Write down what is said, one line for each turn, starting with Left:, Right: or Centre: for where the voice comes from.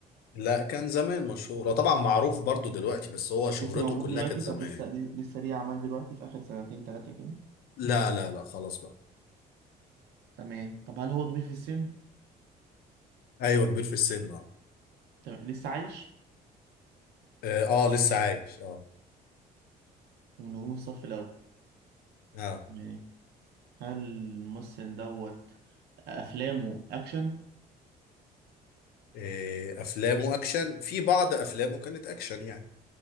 Left: لا كان زمان مشهور هو طبعا معروف برضو دلوقتي بس هو شهرته
Right: لسه موجود
Left: كلها
Right: دلوقتي
Left: كانت زمان
Right: طب لسه لسه ليه أعمال دلوقتي في آخر سنتين تلاتة كده
Left: لا لا لا خلاص بقى
Right: تمام طب هل هو كبير في السن؟
Left: ايوه كبير في السن اه
Right: تمام لسه عايش
Left: اه آه، لسه عايش اه
Right: ومن نجوم الصف الأول
Left: اه
Right: تمام هل الممثل دوت أفلامه أكشن؟
Left: إيه، افلامه اكشن في بعض افلامه كانت اكشن يعني